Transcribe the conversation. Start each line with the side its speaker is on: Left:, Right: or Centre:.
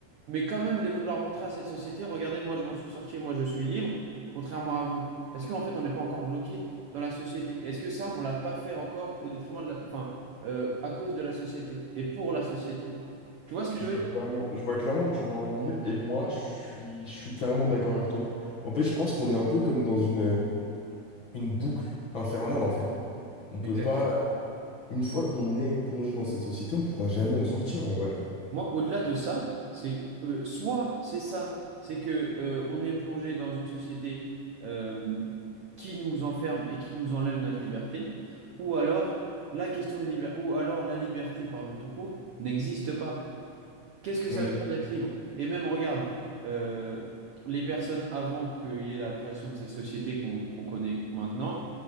Right: mais quand même de vouloir montrer à cette société, regardez, moi je m'en suis sorti, moi je suis libre, contrairement à vous. Est-ce qu'en fait on n'est pas encore bloqué dans la société? Est-ce que ça, on l'a pas fait encore au détriment de la, enfin, euh, à cause de la société et pour la société? Tu vois ce que
Left: Je
Right: je
Left: vois
Right: veux dire?
Left: clairement, je vois clairement où tu veux en venir et moi, je suis, je suis carrément d'accord avec toi. En fait, je pense qu'on est un peu comme dans une, une boucle infernale, en fait. On peut
Right: Exactement.
Left: pas, une fois qu'on est plongé dans cette société, on pourra jamais en sortir, en vrai.
Right: Moi, au-delà de ça, c'est euh, soit c'est ça, c'est que euh, on est plongé dans une société euh, qui nous enferme et qui nous enlève notre liberté, ou alors la question de liberté, ou alors la liberté, pardon, tout court, n'existe pas. Qu'est-ce que
Left: Mm.
Right: ça veut dire d'être libre? Et même, regarde, euh, les personnes avant qu'il y ait la création de cette société qu'on qu'on connaît maintenant,